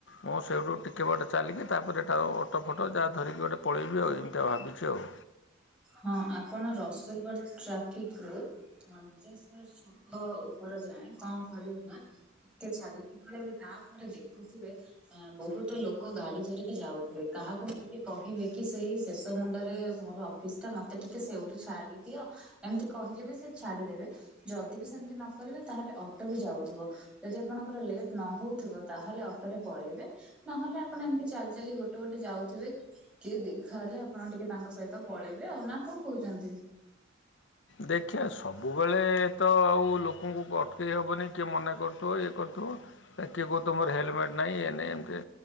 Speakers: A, on the left (about 65°); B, in the centre.
A: ମୁଁ ସେଇଠୁ ଟିକେ ବଟେ ଚାଲିକି ତାପରେ ଟାଉ ଅଟୋ ଫଟୋ ଯାହା ଧରିକି ଗୋଟେ ପଳେଇବି ଏମିତି ଆଉ ଭାବିଛି ଆଉ।
B: ହଁ ଆପଣ ରସୁଲଗଡ ଟ୍ରାଫିକ ରୁ ମ ଶୋକ ଉପରେ ଯାଏ କଣ କରିବେ ନା ଟିକେ ଚାଲିକି ପଳେଇବେ ତାପରେ ଦେଖୁଥିବେ ବହୁତ ଲୋକ ଗାଡି ଧରିକି ଯାଉଥିବେ କାହାକୁ ଟିକେ କହିବେ କି ସେଇ ଶେଷ ମୁଣ୍ଡରେ ମୋର ପିସ ଟା ମତେ ଟିକେ ସେଇଉଠୁ ଛାଡିଦିଅ ଏମିତି କହିଲେ ବି ସେ ଛାଡିଦେବେ। ଯଦି ବି ସେମିତି ନ କରିବେ ତାହେଲେ ଅଟୋ ବି ଯାଉଥିବ। ଯଦି ଆପଣଙ୍କର ଲେଟ୍ ନ ହଉଥିବ ତାହେଲେ ଅଟୋରେ ପଳେଇବେ। ନହେଲେ ଆପଣ ଏମିତି ଚାଲି ଚାଲି ଗୋଟେ ଗୋଟେ ଯାଉଥିବେ କିଏ ଦେଖାହେଲେ ଆପଣ ଟିକେ ତାଙ୍କ ସହିତ ପଳେଇବେ ଆଉ ନା କଣ କହୁଛନ୍ତି।
A: ଦେଖିବା ସବୁବେଳେ ତ ଆଉ ଲୋକଙ୍କୁ ଅଟକେଇ ହେବନି କିଏ ମନା କରୁଥିବ ଇଏ କରୁଥିବ। କିଏ କହୁଥିଵ ତୁମର ହେଲମେଟ ନାହିଁ ଏ ନାହିଁ ଏମ କେ।